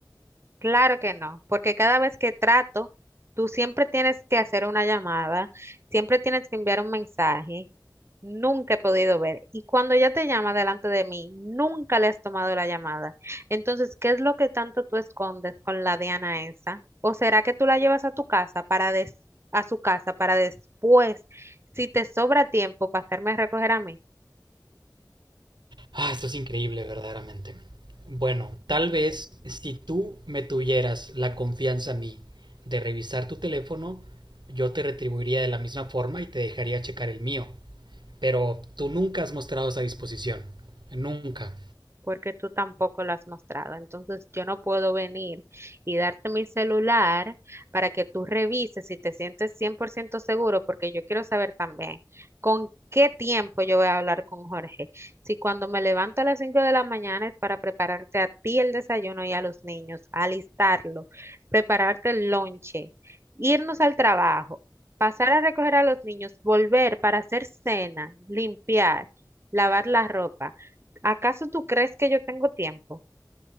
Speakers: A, on the right; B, on the right.
A: Claro que no, porque cada vez que trato, tú siempre tienes que hacer una llamada, siempre tienes que enviar un mensaje. Nunca he podido ver. Y cuando ella te llama delante de mí, nunca le has tomado la llamada. Entonces, ¿qué es lo que tanto tú escondes con la Diana esa? ¿O será que tú la llevas a tu casa para des- a su casa para después, si te sobra tiempo, pasarme a recoger a mí?
B: Ah, esto es increíble, verdaderamente. Bueno, tal vez si tú me tuvieras la confianza a mí de revisar tu teléfono, yo te retribuiría de la misma forma y te dejaría checar el mío. Pero tú nunca has mostrado esa disposición. Nunca.
A: porque tú tampoco la has mostrado. Entonces yo no puedo venir y darte mi celular para que tú revises si te sientes 100% seguro, porque yo quiero saber también con qué tiempo yo voy a hablar con Jorge. Si cuando me levanto a las 5 de la mañana es para prepararte a ti el desayuno y a los niños, alistarlo, prepararte el lonche, irnos al trabajo. Pasar a recoger a los niños, volver para hacer cena, limpiar, lavar la ropa. ¿Acaso tú crees que yo tengo tiempo?